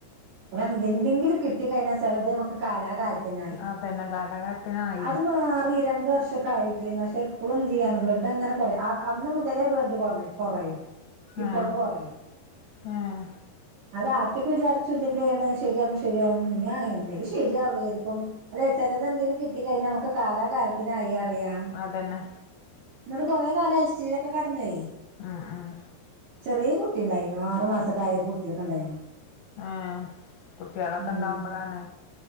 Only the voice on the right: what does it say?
അത എന്തെങ്കിലും കിട്ടികഴിഞൽ ചലത് നമുക്ക് കാലാകാലതി നായി
അത് മാറി രണ്ട് വർഷം യി പക്ഷെ എപ്പോഴും എന്തയ്യാണ് ബ്ലഡ് അങ്ങനെ കുറയും അന്ന് മുതലേ ബ്ലഡ് കുറ കുറയും ഇപ്പോളും
കുറയും
അത് എക്ക വിചാരിച്ചു ഇതിന്റെയാണ് ശരിയാവും ശരിയാവും ഞ എന്നല് ശരിയാ വേരിക്കും അല്ലെ ചെിലത എന്തേലും കിട്ട കഴിഞ്ഞാൽ നമുക്ക് കാലാകാലത്തിനായി അറിയാ
എന്നിട്ട് കുറെ കാലം ഐ സി ലൊ ക്കെ കിടന്നേ
ചെറിയ കുട്ടി ഉണ്ടായിനു ആറു മാസക്കൊയ ഒരു കുട്ടിയൊക്കെ ഉണ്ടായിനു.
ഉം